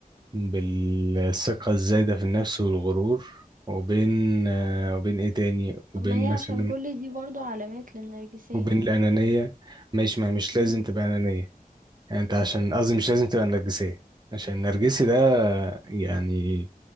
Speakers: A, on the right; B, on the right.
A: بالثقة الزايدة في النفس والغرور وبين آه، وبين ايه تاني وبين
B: طب ما هي عشان
A: مثلا
B: كل دي برضو علامات للنرجسية
A: وبين الأنانية ماشي ما مش
B: مم.
A: لازم تبقى أنانية يعني انت عشان قصدي مش لازم تبقى نرجسية عشان النرجسي ده يعني